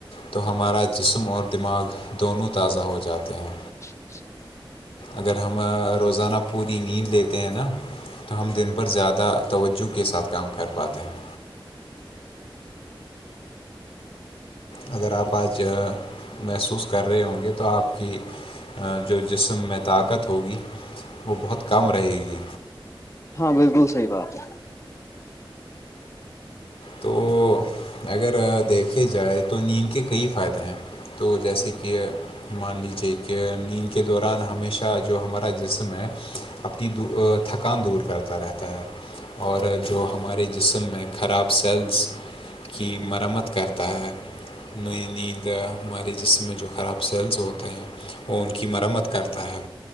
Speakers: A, on the left (about 85°); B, on the left (about 30°).
A: تو ہمارا جسم اور دماغ دونوں تازہ ہو جاتے ہیں
B: جی
A: اگر ہم روزانہ پوری نیند لیتے ہیں نا تو ہم دن بھر زیادہ توجہ کے ساتھ کام کر پاتے ہیں اگر آپ آج محسوس کر رہے ہوں گے تو آپ کی جو جسم میں طاقت ہوگی وہ بہت کم رہے گی
B: ہاں بالکل صحیح بات ہے
A: تو اگر دیکھے جائے تو نیند کے کئی فائدے ہیں تو جیسے کہ مان لیجیے کہ نیند کے دوران ہمیشہ جو ہمارا جسم ہے اپنی تھکان دور کرتا رہتا ہے اور جو ہمارے جسم میں خراب سیلز کی مرمت کرتا ہے نئی نیند یا ہمارے جسم میں جو خراب سیلز ہوتے ہیں وہ ان کی مرمت کرتا ہے